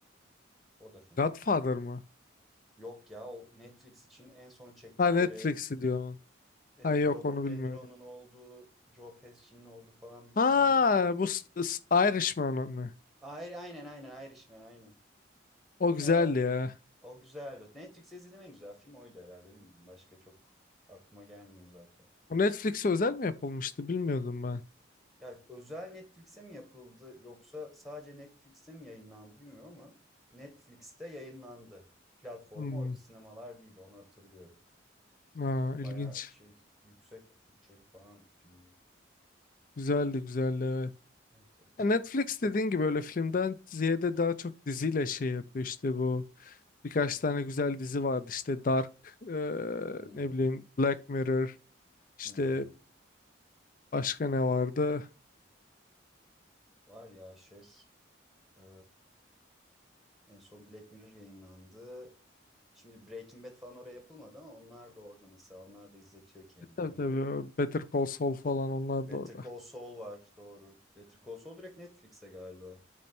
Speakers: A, in the centre; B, on the left.
A: O da fena
B: Godfather
A: değildi.
B: mı?
A: Yok ya o Netflix için en son çektikleri
B: Ha Netflix'i diyor.
A: e,
B: Ha yok
A: Robert
B: onu bilmiyorum.
A: De Niro'nun olduğu, Joe Pesci'nin olduğu falan bir
B: Ha
A: film vardı.
B: bu S- S- Irishman mı?
A: Ayrı, aynen aynen Irishman aynen.
B: O
A: Yine
B: güzel
A: o
B: ya.
A: o güzeldi. Netflix'te izlediğim en güzel film oydu herhalde bilmiyorum. Başka çok aklıma gelmiyor zaten.
B: O Netflix'e özel mi yapılmıştı bilmiyordum ben.
A: Ya özel Netflix'e mi yapıldı yoksa sadece Netflix'te mi yayınlandı bilmiyorum ama Netflix'te yayınlandı. Platformu
B: Hmm.
A: oydu, sinemalar değildi onu hatırlıyorum.
B: Ha
A: Ama
B: ilginç.
A: bayağı şey yüksek bütçeli falan bir filmdi.
B: Güzeldi güzeldi evet.
A: Evet, evet.
B: Ya Netflix dediğin gibi öyle filmden ziyade daha çok diziyle şey yapıyor işte bu birkaç tane güzel dizi vardı işte Dark e,
A: Hmm,
B: ne bileyim Black Mirror işte
A: hı hı.
B: başka ne vardı
A: Var ya şey eee, en son Black Mirror yayınlandı. Şimdi Breaking Bad falan oraya yapılmadı ama onlar da orada mesela. Onlar da izletiyor kendini.
B: tabii tabii Better Call Saul falan onlar
A: Better
B: da orada
A: Call Saul var doğru. Better Call Saul direkt Netflix'e galiba.